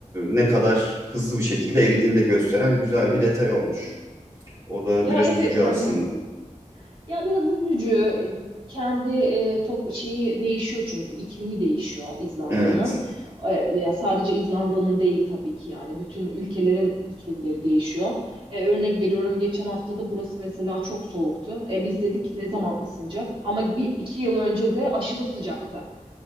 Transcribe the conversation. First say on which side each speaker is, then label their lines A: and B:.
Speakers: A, on the right (about 25°); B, on the right (about 40°).
A: ne kadar hızlı bir şekilde eridiğini de gösteren güzel bir detay olmuş. O da
B: Ya
A: biraz
B: evet
A: üzücü aslında.
B: hani Ya biraz üzücü. Kendi e, top şeyi değişiyor çünkü iklimi değişiyor İzlanda'nın.
A: Evet,
B: E, veya sadece İzlanda'nın değil tabii ki yani bütün ülkelerin iklimleri değişiyor. E, örnek veriyorum geçen hafta da burası mesela çok soğuktu. E, biz dedik ki ne zaman ısınacak? Ama bir iki yıl önce de aşırı sıcaktı.